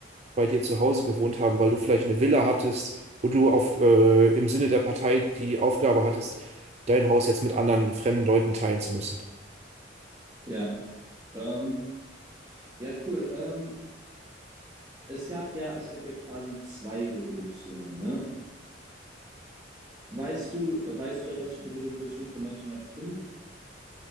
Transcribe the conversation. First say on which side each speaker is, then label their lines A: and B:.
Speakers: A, on the right (about 35°); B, on the right (about 20°).
A: bei dir zu Hause gewohnt haben, weil du vielleicht eine Villa hattest und du auf, äh, im Sinne der Partei die Aufgabe hattest, dein Haus jetzt mit anderen fremden Leuten teilen zu müssen.
B: ja. Ähm, ja, cool. Ähm, es gab ja, es gab ja quasi zwei Revolutionen, ne? Weißt du, weißt du etwas über die Revolution von 1905,